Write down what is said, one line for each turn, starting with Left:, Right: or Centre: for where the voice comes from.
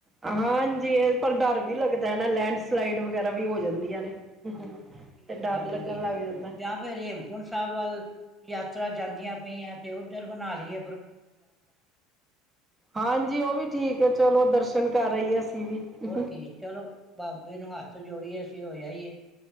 Right: ਹਾਂਜੀ ਇਹ ਪਰ ਡਰ ਵੀ ਲੱਗਦਾ ਨਾ ਲੈਂਡਸਲਾਈਡ ਵਗੈਰਾ ਵੀ ਹੋ ਜਾਂਦੀਆਂ ਨੇ।
Centre: ਹਾਂ
Right: ਹੂੰ
Centre: ਇਹੀਓ
Right: ਤੇ ਡਰ
Centre: ਗੱਲ
Right: ਲੱਗਣ
Centre: ਹੈਗੀ
Right: ਲੱਗ ਜਾਂਦਾ।
Centre: ਜਾਂ ਫਿਰ ਹੇਮਕੁੰਟ ਸਾਹਿਬ ਵੱਲ ਯਾਤਰਾ ਜਾਂਦੀਆਂ ਪਈਆਂ ਤੇ ਉੱਧਰ। ਨਾਲੀਏ।
Right: ਹਾਂਜੀ ਉਹ ਵੀ ਠੀਕ ਹੈ। ਚਲੋ ਦਰਸ਼ਨ ਕਰ ਆਈਏ ਅਸੀਂ। ਵੀ
Centre: ਹੋਰ ਕੀ ਚਲੋ ਬਾਬੇ ਨੂੰ ਹੱਥ ਜੋੜੀਏ ਅਸੀਂ ਹੋਈਏ।